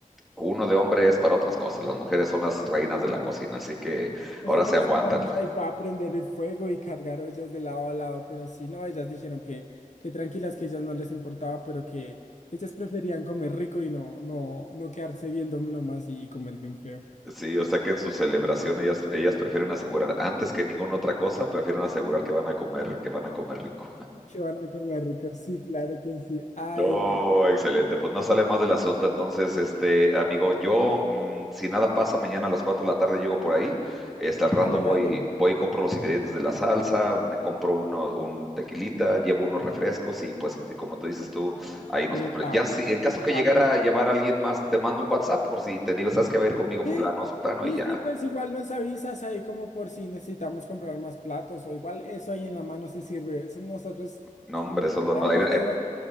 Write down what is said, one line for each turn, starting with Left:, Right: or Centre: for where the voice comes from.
Centre: Uno de hombre es para otras cosas, las mujeres son las reinas de la cocina, así que
Left: Nosotros
Centre: ahora se aguantan.
Left: estamos ahí para aprender el fuego y cargar ollas de lado a lado, pero sí, no, ellas dijeron que, que tranquilas, que ellas no les importaba, pero que ellas preferían comer rico y no, no, no quedarse viendo nomás y, y comer bien feo.
Centre: Sí, o sea que en su celebración ellas, ellas prefieren asegurar, antes que ninguna otra cosa, prefieren asegurar que van a comer, que van a comer rico.
Left: Que van a comer rico, sí, claro que sí. Ay,
Centre: Oh,
Left: no.
Centre: excelente. Pues no sale más del asunto. Entonces, este amigo, yo, mm, si nada pasa, mañana a las 4 de la tarde llego por ahí. Este, al rato
Left: Dale,
Centre: voy,
Left: dale.
Centre: voy y compro los ingredientes de la salsa, me compro uno, un tequilita, llevo unos refrescos y pues, como tú dices tú, ahí nos
Left: Epa,
Centre: compré. Ya, si
Left: aquí
Centre: en caso
Left: estamos.
Centre: que llegara a llevar a alguien más, te mando un WhatsApp por si te digo, ¿sabes qué va a ir conmigo fulano,
Left: Sí,
Centre: sotano?
Left: sí,
Centre: Y ya.
Left: sí, pues igual nos avisas ahí como por si necesitamos comprar más platos o igual eso ahí en la mano se sirve. Eso nosotros
Centre: No, hombre,
Left: intentamos
Centre: eso es lo... Ahí,
Left: de...